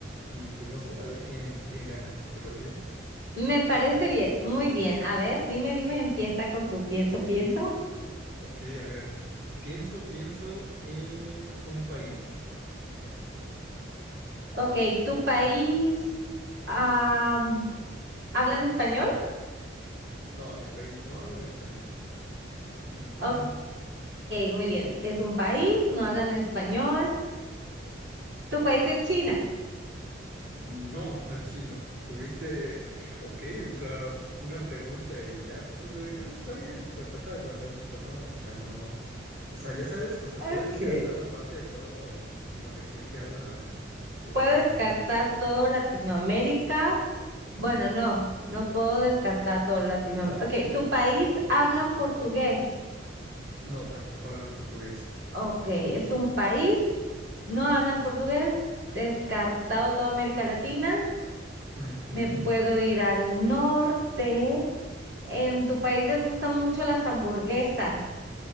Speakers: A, on the right; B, on the right.
A: Y pues no sé, a ver quién, quién gana. ¿Te parece bien?
B: Me parece bien, muy bien. A ver, dime, dime, empieza con tu pienso, pienso.
A: Ok, a ver, pienso, pienso en un país.
B: Ok, ¿tu país am, hablan español?
A: No, en mi país no hablan español. Ujujú.
B: Ok, muy bien, es un país, no hablan español. ¿Tu país es China?
A: No, no es China. Estuviste, <laughs> ok, o sea, una pregunta y ya tratas de adivinar, está bien, o sea, trata de preguntar un poquito más, o sea, no, O sea, ya sabes, o sea,
B: Ok.
A: puedes descartar la parte de toda la región que habla español.
B: Puedo descartar todo Latinoamérica. Bueno, no, no puedo descartar todo Latinoamérica. Ok, ¿tu país hablan portugués?
A: No, tampoco habla portugués.
B: Ok, es un país, no hablan portugués, descartado toda América Latina.
A: Ujú.
B: Me puedo ir al norte. En tu país les gustan mucho las hamburguesas,